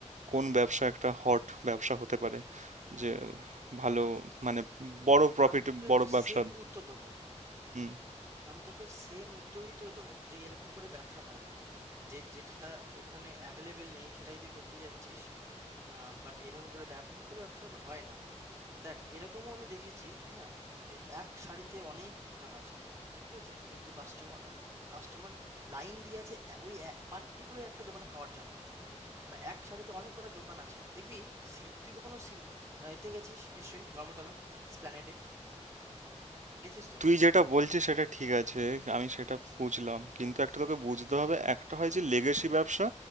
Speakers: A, on the right (about 85°); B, on the right (about 20°).
A: কোন ব্যবসা একটা হট ব্যবসা হতে পারে যে ভালো মানে বড় প্রফিট
B: আমি তোকে
A: বড় ব্যবসা
B: সেম উত্তর দেবো
A: হুম
B: আ- আমি তোকে সেম উত্তরই তোকে দেবো যে এরকম করে ব্যবসা হয় না যে যেটা ওখানে অ্যাভেলেবেল নেই সেটাই তুই করতে যাচ্ছিস বাট এরকম করে ব্যবসা এরকম করে ব্যবসাটা হয় না দেখ এরকমও আমি দেখেছি হ্যাঁ যে এক শাড়িতে অনেক দোকান আছে ঠিক আছে কিন্তু কাস্টমার কাস্টমার লাইন দিয়ে আছে এ- ওই পার্টিকুলার একটা দোকানে খাওয়ার জন্য বা এক শাড়িতে অনেক কটা দোকান আছে দেখবি সিল- তুই কখনো সিল আহ, এতে গেছিস নিশ্চয়ই ধর্মতলা স্প্ল্যানেডে গেছিস তো
A: তুই যেটা বলছিস সেটা ঠিক আছে আমি সেটা বুঝলাম কিন্তু একটা তোকে বুঝতে হবে একটা হয় যে লেগেসি ব্যবসা